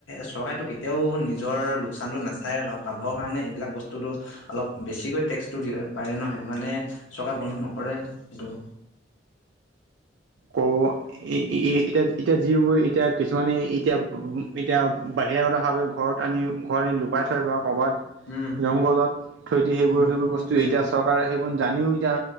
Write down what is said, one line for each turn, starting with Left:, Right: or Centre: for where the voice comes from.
Left: চৰকাৰে কেতিয়াওঁ নিজৰ লোকচানতো নাচ চাই লাভৰ কাৰণে এইবিলাক বস্তুটো অলপ বেছিকৈ টেক্স টো দি পাৰে ন। সেইটো কাৰণে চৰকাৰে বন্ধ নকৰে সেইটো।
Right: কৌ অ, এতিয়া এতিয়া যিবোৰ এতিয়া কিছুমানে এতিয়া এতিয়া বাহিৰা গত ভাৱে ঘৰত আনি ঘৰত আনি লুকাই থয় বা কৰ'ৰবাত
Left: উম',
Right: জংঘলত থৈ দি সেইবোৰ
Left: উম
Right: সেইবোৰ বস্তু
Left: উম
Right: এতিয়া চৰকাৰে সেইবোৰ জানিওঁ এতিয়া